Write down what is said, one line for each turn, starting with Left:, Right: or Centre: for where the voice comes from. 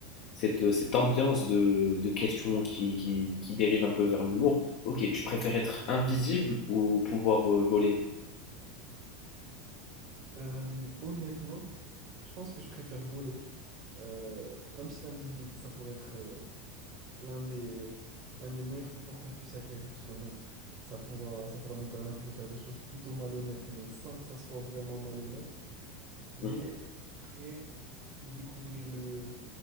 Left: cette, euh, cette ambiance de, de questions qui, qui, qui dérive un peu vers l'humour. Ok, tu préfères être invisible ou pouvoir euh, voler?
Right: Euh, honnêtement, je pense que je préfère voler. Euh, même si l'invisibilité, ça pourrait être euh, l'un des, l'un des meilleurs pouvoirs qu'on puisse acquérir, parce que bon, ça pourra, ça pourra nous permettre de faire des choses plutôt malhonnêtes, mais sans que ça soit vraiment malhonnête. Mais
Left: Mhm.
Right: après, découvrir le,